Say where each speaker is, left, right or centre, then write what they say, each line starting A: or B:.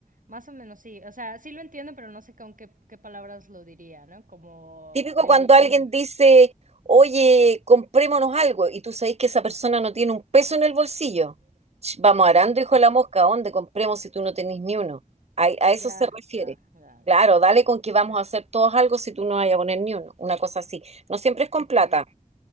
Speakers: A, on the right; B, on the right.
A: Más o menos sí. O sea, sí lo entiendo, pero no sé con qué, qué palabras lo diría, ¿no? Como
B: Típico
A: el...
B: cuando alguien
A: Como,
B: dice, oye, comprémonos algo, y tú sabes que esa persona no tiene un peso en el bolsillo. Ch, Vamos arando,
A: mm,
B: hijo de la mosca, ¿a dónde compremos si tú no tenés ni uno? A, a
A: ya,
B: eso se refiere.
A: ya, ya,
B: Claro,
A: ya, ya.
B: dale con que vamos
A: Eh,
B: a hacer todos algo si tú no vas a poner ni uno, una cosa así. No siempre es con
A: ok.
B: plata.